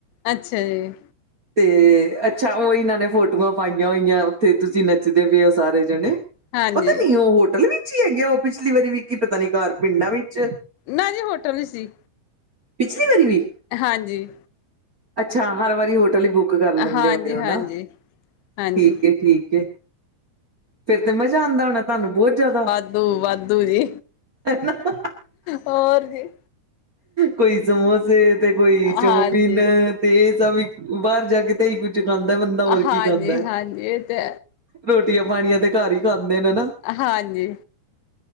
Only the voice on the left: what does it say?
ਅੱਛਿਆ ਜੀ।
ਹਾਂਜੀ,
ਨਾ ਜੀ ਹੋਟਲ ਹੀ ਸੀ।
ਹਾਂਜੀ।
ਹਾਂਜੀ
ਹਾਂਜੀ,
ਹਾਂਜੀ।
ਹੂੰ ਵਾਧੂ ਜੀ।
ਹੋਰ ਜੀ।
ਹਾਂਜੀ।
ਹਾਂਜੀ
ਹਾਂਜੀ, ਇਹ ਤੇ
ਹਾਂਜੀ।